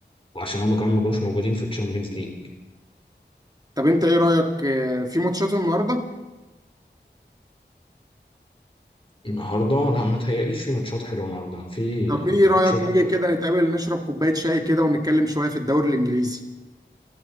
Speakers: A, on the left; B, on the right.
A: وعشان هم كمان ما كانوش موجودين في الشامبيونز ليج
B: طب انت ايه رأيك آه، في ماتشات النهاردة
A: النهارده لا ما تهيأليش في ماتشات حلوه النهارده في
B: طب
A: يعني
B: ايه رأيك
A: ماتشات
B: نيجي كده
A: آه،
B: نتقابل نشرب كوباية شاي كده ونتكلم شوية في الدوري الإنجليزي